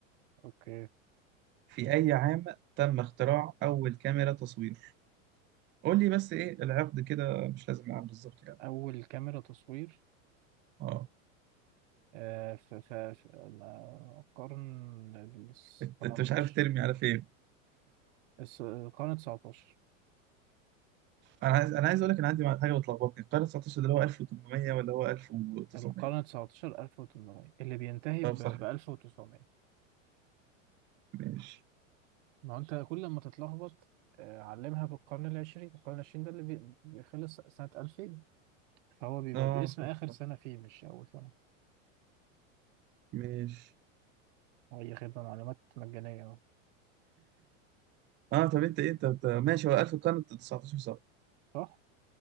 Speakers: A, on the right; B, on the right.
A: اوكي
B: في أي عام تم اختراع أول كاميرا تصوير؟ قول لي بس إيه العقد كده مش لازم العام بالظبط يعني
A: اول كاميرا تصوير
B: آه
A: آه، في في في القرن ال 18
B: أنت أنت مش عارف ترمي على فين
A: الس- القرن 19
B: انا عايز انا عايز اقول لك انا عندي حاجه بتلخبطني القرن 19 ده اللي هو 1800 ولا هو 1900
A: القرن 19 1800 اللي بينتهي
B: طب
A: ب
B: صح
A: 1900
B: ماشي
A: ما هو انت كل ما تتلخبط آه، علمها بالقرن العشرين القرن العشرين ده اللي بي- بيخلص سنة 2000 فهو بيبقى
B: اه
A: باسم
B: صح
A: آخر
B: صح
A: سنة فيه مش أول سنة
B: ماشي
A: هي خدمة معلومات مجانية أهو.
B: اه طب انت ايه انت أنت- ماشي هو 1000 القرن 19 صح
A: صح؟